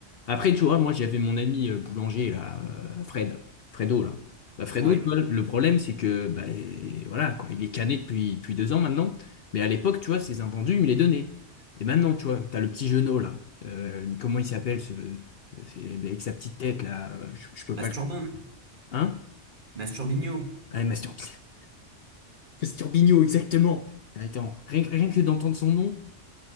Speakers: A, on the left; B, on the right.
A: Après, tu vois, moi, j'avais mon ami euh, boulanger, là, euh, Fred, Fredo, là. Bah, Fredo,
B: Ouais,
A: tu vois, le problème, c'est que, bah, euh, voilà, quoi, il est cané depuis, depuis deux ans maintenant. Mais à l'époque, tu vois, ses invendus, il me les donnait. Et maintenant, tu vois, t'as le petit Jeunot, là. Euh, comment il s'appelle, ce, euh, c'est- bah, avec sa petite tête, là. euh, Je, je peux
B: Masturbin,
A: pas le. Hein?
B: Masturbino,
A: Ah, Mastur... <laughs> Masturbino, exactement. Attends, rien, que rien que d'entendre son nom,